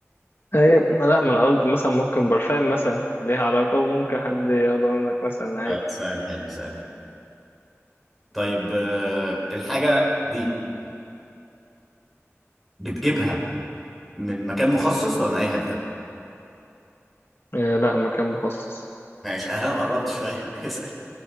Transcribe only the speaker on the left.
هي لا ما انا قلت مثلا ممكن برفان مثلا ليها علاقة وممكن حد ياخده منك مثلا
عادي
آه، لا مكان مخصص